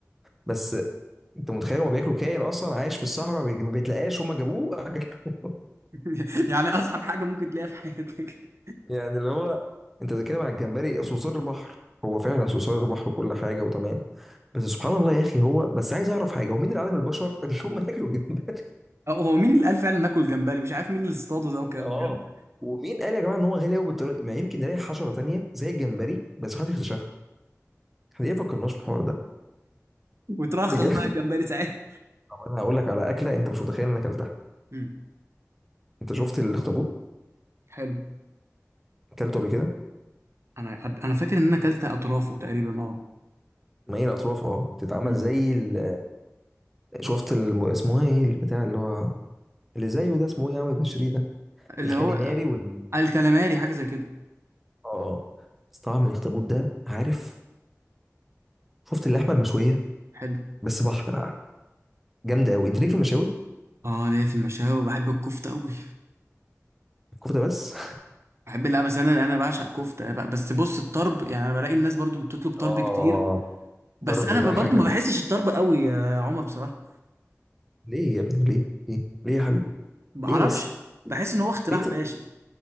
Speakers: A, in the centre; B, on the right.
A: بس انت متخيل هو بياكلوا كائن اصلا عايش في الصحراء ما بي- ما بيتلقاش هم جابوه أكلوه.
B: <laughs> يعني اصعب حاجه ممكن تلاقيها في حياتك
A: <laughs> يعني اللي هو انت بتتكلم على الجمبري صرصار البحر هو فعلا صرصار البحر وكل حاجه وتمام بس سبحان الله يا اخي هو بس عايز اعرف حاجه هو مين اللي علم البشر ان <laughs> هم ياكلوا الجمبري
B: أه، هو مين اللي قال فعلا ناكل جمبري مش عارف مين اللي اصطاده ده وكله
A: اه
B: بجد
A: ومين قال يا جماعه ان هو غالي قوي بالطريقه دي؟ ما يمكن نلاقي حشره تانيه زي الجمبري بس محدش اكتشفها احنا ليه ما فكرناش في الحوار ده
B: وترخص
A: بجد
B: بقى الجمبري ساعتها
A: <laughs> طب انا هقول لك على اكله انت مش متخيل ان انا اكلتها
B: امم
A: انت شفت الاخطبوط
B: حلو
A: اكلته قبل كده
B: انا انا فاكر ان انا اكلت اطرافه تقريبا اه
A: ما هي الاطراف اه بتتعمل
B: أمم.
A: زي ال... شفت الم... اسمها ايه البتاع اللي هو اللي زيه ده اسمه ايه يا عم بشري ده
B: اللي
A: الكاليماري
B: هو
A: وال
B: الكلاماري حاجه زي كده
A: اه آه. بس طبعا من الاخطبوط ده عارف شفت اللحمه المشويه
B: حلو
A: بس بحر بقى جامده قوي انت ليك في المشاوي
B: اه ليا في المشاوي وبحب الكفته قوي
A: الكفته بس
B: بحب لا بس انا انا بعشق كفته ب- بس بص الطرب يعني انا بلاقي الناس برضو بتطلب طرب
A: اه
B: كتير بس
A: طرب
B: انا ب-
A: ده حاجه
B: برضو ما بحسش الطرب قوي يا عمر بصراحه
A: ليه يا ابني ليه ليه ليه يا حبيبي
B: ما بعرفش
A: ليه بس ليه
B: بحس ان هو اختراع
A: ليه ت...
B: فاشل